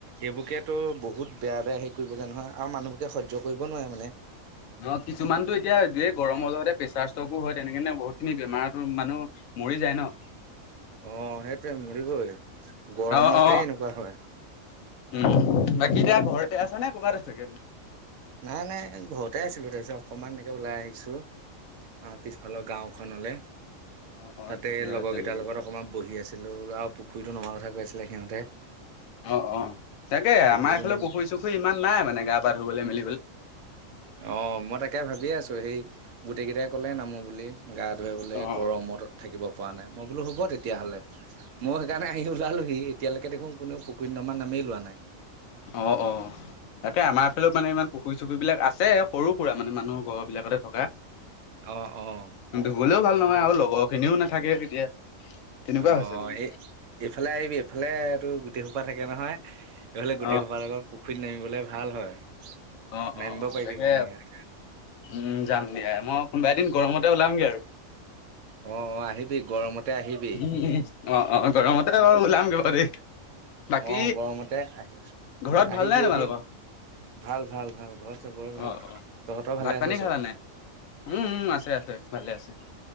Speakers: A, on the right; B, on the left.
A: এইবোৰোকে তো বহুত বেয়া বেয়া হেৰি কৰিবগে নহয় আৰু মানুহবোৰকে সহ্য কৰিব নোৱাৰে মানে।
B: অঁ কিছুমানতো এতিয়া গৰমৰ অহতে প্ৰেচাৰ ষ্টক হয়। তেনেকেনে বহুত খিনি বেমাৰতো মানুহ মৰি যায় ন।
A: অঁ সেইটোৱে মৰিবই গৰমতে
B: অ অ
A: এনেকুৱা হয়
B: উম', বাকী এতিয়া ঘৰতে আছা নে ক'বাত আছগে তুমি?
A: নাই-নাই ঘৰতে আছিলো তাৰ পিছত অকমান এনেকে ওলাই আহিছো। অ, পিছফালৰ গাওখনলে।
B: অ অ
A: তাতে
B: ঠিকে
A: লগৰ
B: আছে
A: কেইটাৰ
B: ঠিকে
A: লগত
B: আছে।
A: অকমান বহি আছিলো আৰু পুখুৰীতটো নমোৱা কথা কৈ আছিলে সিহঁতে।
B: অঁ অঁ তাকে
A: পুখুৰীটো
B: আমাৰ এইফালে পুখুৰী চুখুৰী ইমান নাই মানে গা পা ধুবলৈ মেলি।
A: অঁ মই তাকে ভাবিয়ে আছো সেই গোটেই কেইটাই ক'লে নামো বুলি গা ধুৱে বোলে
B: অ অ
A: গৰমত থাকিব পৰা নাই মই বোলো হব। তেতিয়াহ'লে মই সেইকাৰণে
B: উম
A: আহি ওলালোহি এতিয়ালৈক দেখোন কোনো পুখুৰী নমা নামেই লোৱা নাই।
B: অঁ অঁ তাকে আমাৰফালত মানে ইমান পুখুৰী চুকুৰি বিলাক আছে সৰু সুৰা মানে মানুহৰ ঘৰ বিলাকতে থকা।
A: অ অ
B: ধুবলেও ভাল
A: হয়
B: নহয় আৰু লগৰ খিনিও নাথাকে। তেতিয়া তেনেকুৱা
A: অঁ
B: হৈছে মানে।
A: এই এইফালে আহিবি এইফালেটো গোটেই সোপা থাকে নহয়। এই ফালে গোটেই
B: অ',
A: সোপাৰ লগত পুখুৰীত নামিবলৈ ভাল হয়।
B: অ',
A: নামিব
B: অ', অ',
A: পাৰিবি
B: তাকে
A: মানে ইয়াৰ
B: উম, যাম দিয়া মই কোনোবা এদিন গৰমতে ওলামগৈ আৰু।
A: অঁ অঁ আহিবি। গৰমতে আহিবি
B: উ অঁ অঁ গৰমতে বাৰু ওলামগে দেই। বাকী
A: অঁ গৰমতে আহি
B: ঘৰত ভাল
A: আহিবি
B: নাই তোমালোকৰ?
A: এদিন ভাল ভাল। ভাল ভাল ঘৰত চবৰে ভাল
B: অ', অ',
A: তহঁতৰ ভালে
B: ভাত
A: আছে
B: পানী খালা
A: চব।
B: নাই? উম, উম, আছে আছে ভালে আছে।